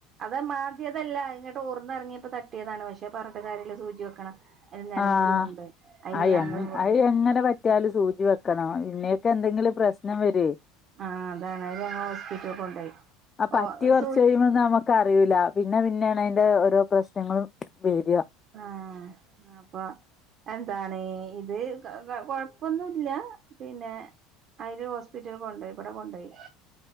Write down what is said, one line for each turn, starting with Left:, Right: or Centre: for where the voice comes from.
Right: അത് മാന്ത്യേതല്ല ഇങ്ങട്ട് ഓർന്ന് എറങ്യേപ്പം തട്ടിയതാണ്. പക്ഷെ പറ്ഞ്ഞിട്ട് കാര്യല്ല സൂചി വെക്കണം. അതിന് നിലമ്പൂര്
Left: ആഹ്
Right: കൊണ്ടോയി അതില്
Left: അഹ്
Right: ഞങ്ങള്
Left: അഹ് എങ്ങനെ പറ്റ്യാലും സൂചി വെക്കണം. പിന്നെ ഒക്കെ എന്തെങ്കിലും പ്രശ്നം വര്വോ.
Right: ആ അതാണ്. അവരെ ഞങ്ങൾ ഹോസ്പിറ്റല് കൊണ്ടോയി
Left: ആ പറ്റി
Right: ഓ
Left: കൊറ്ച്ച്
Right: സൂ
Left: കഴിയുമ്പം നമ്മക്ക് അറിയൂല. പിന്നെ പിന്നെേണ് അയ്ന്റെ ഓരോ പ്രശ്നങ്ങളും വര
Right: ആഹ് അപ്പൊ. എന്താണ് ഇത് കൊഴപ്പൊന്നു ഇല്ല പിന്നെ അയ്ല് ഹോസ്പിറ്റല് കൊണ്ടോയി. ഇ ബെടെ കൊണ്ടോയി.